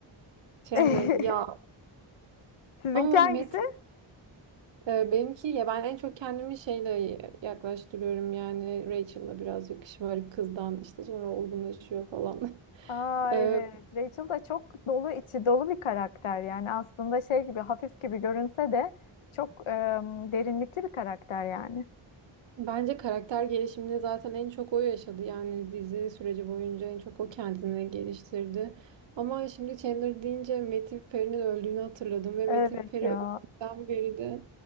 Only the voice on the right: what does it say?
Chandler
ya
ama
Matt Ee, Benimki ya ben en çok kendimi şeyle yaklaştırıyorum yani Rachel'la biraz yakışık kızdan işte sonra olgunlaşıyor falan. <laughs>
Ee,
Bence karakter gelişimini zaten en çok o yaşadı yani dizi süreci boyunca en çok o kendini geliştirdi. Ama şimdi Chandler deyince Matthew Perry'nin öldüğünü hatırladım ve
Matthew Perry
öldükten beri de